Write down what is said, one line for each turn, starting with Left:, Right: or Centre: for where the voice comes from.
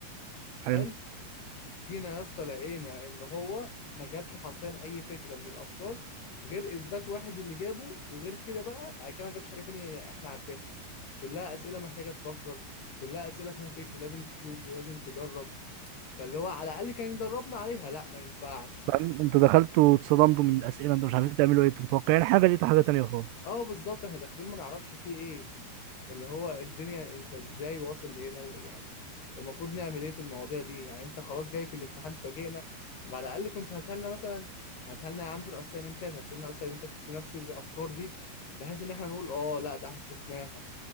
Right: حلو
Left: حلو جينا يا اسطى لقينا ان هو ما جابش حرفيا اي فكره من الافكار غير اثبات واحد اللي جابه وغير كده بقى بعد كده ما جابش حاجه تانية احنا عارفينها كلها اسئله محتاجه تفكر كلها اسئله فيها فكر لازم تشوف ولازم تجرب فاللي هو على الاقل كان يدربنا عليها لا ما ينفعش
Right: فاهم انتوا دخلتوا اتصدمتوا من الأسئلة انتوا مش عارفين تعملوا ايه انتوا متوقعين حاجة لقيتوا حاجة تانية خالص
Left: اه بالظبط احنا داخلين ما نعرفش فيه ايه اللي هو الدنيا انت ازاي واصل لهنا و- يعني المفروض نعمل ايه في المواضيع دي يعني انت خلاص جاي في الامتحان تفاجئنا طب على الاقل كنت هاتلنا مثلا هاتلنا يا عم في الاسايمنتات هاتلنا اسايمنتات بنفس الافكار دي بحيث ان احنا نقول اه لا ده احنا شفناها